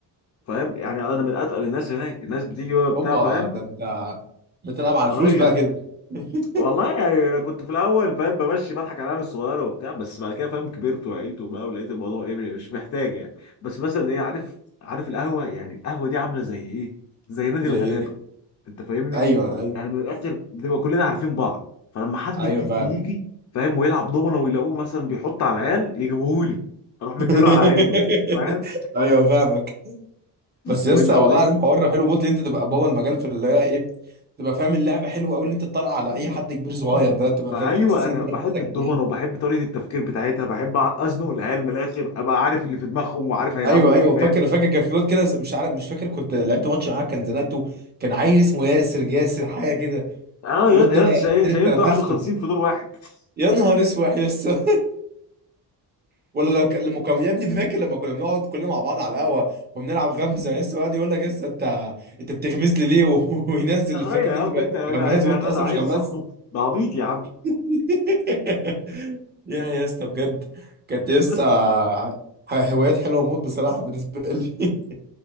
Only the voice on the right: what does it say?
هوبا
ده انت بتلعب على الفلوس
بقى كده <laughs>
زي
ايه
ايوه ايوه
ايوه
فعلا
<laughs>
ايوه فاهمك بس
لسه
والله
العظيم حوار حلو موت ان انت تبقى بابا المجال في اللي هي ايه تبقى فاهم اللعبه حلوه قوي ان انت تطرق على
اي حد كبير صغير ده تبقى
فاهم
تحس
ان انت نفسك
ايوه
ايوه
فاكر فاكر كان في وقت كده مش عارف مش فاكر كنت لعبت ماتش معاه كان زنقته كان عيل اسمه ياسر جاسر حاجه كده
الواد
ده
انا
<laughs> انت
نفخته
يا نهار اسود يا اسطى <laughs> ولا لك- لما كان يا ابني فاكر لما كنا بنقعد كلنا مع بعض على القهوه وبنلعب غمزه يا اسطى يقعد يقول لك يا اسطى انت انت بتغمز لي ليه و- <laughs> وينزل
فاكر
ان انت
غماز
وانت
اصلا
مش غماز
<laughs> يا يا اسطى بجد كانت لسه
هوايات حلوه موت بصراحه بالنسبه لي <laughs>